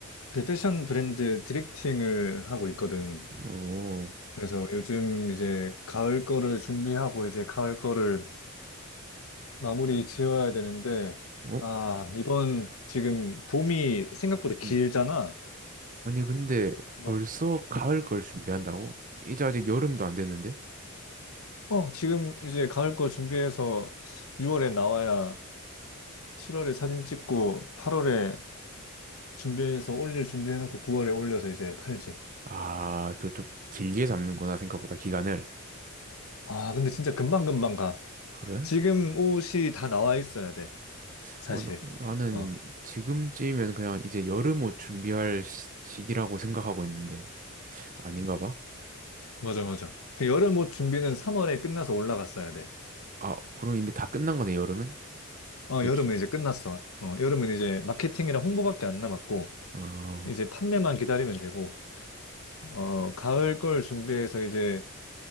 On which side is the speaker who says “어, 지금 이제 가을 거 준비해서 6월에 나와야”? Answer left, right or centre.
Left